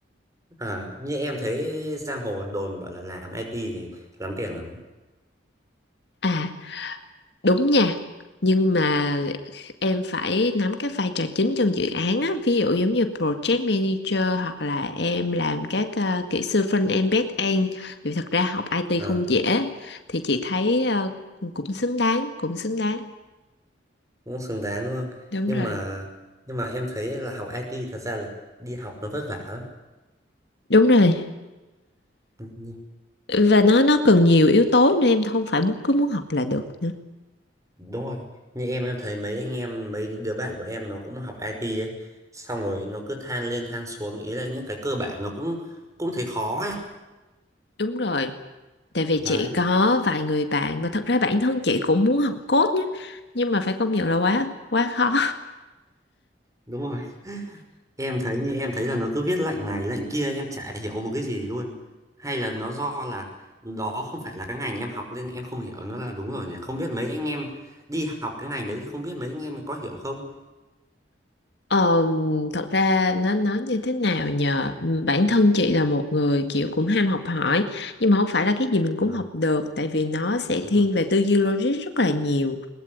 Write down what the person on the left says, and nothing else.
À Đúng nha, nhưng mà em phải nắm các vai trò chính trong dự án á, ví dụ giống như project manager hoặc là em làm các ờ, kỹ sư front-end back-end thì thật ra học IT
không dễ thì chị thấy ờ, cũng xứng đáng, cũng xứng đáng.
Đúng
rồi.
Đúng rồi.
Và nó nó cần nhiều yếu tố nên em không phải muốn cứ muốn học là được nữa.
Đúng rồi. Tại vì
chị có vài người bạn và thật ra bản thân chị cũng muốn học code nhé, nhưng mà phải công nhận là quá quá khó.
Ờ, thật ra nó nói như thế nào nhờ Ừ, bản thân chị là một người kiểu cũng ham học hỏi nhưng mà không phải là cái gì mình cũng
học được tại vì nó sẽ
thiên
về tư duy logic rất là nhiều